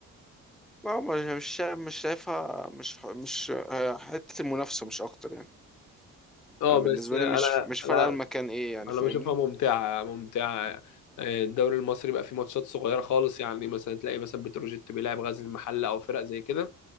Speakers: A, in the centre; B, on the left.
A: لا مش مش شا- مش شايفها مش ح- مش آه، حتة المنافسة مش أكتر يعني
B: اه
A: أنا بالنسبة
B: بس انا
A: لي مش مش
B: لا
A: فارقة المكان إيه يعني
B: انا
A: فاهمني؟
B: بشوفها ممتعه ممتعه آه، الدوري المصري بقى فيه ماتشات صغيره خالص يعني مثلا تلاقي مثلا بتروجيت بيلعب غزل المحله او فرق زي كده